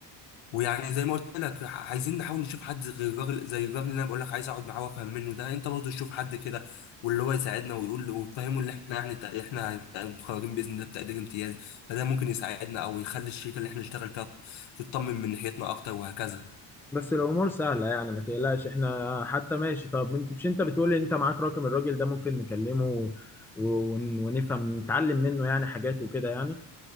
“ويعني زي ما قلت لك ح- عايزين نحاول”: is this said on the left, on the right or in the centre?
Left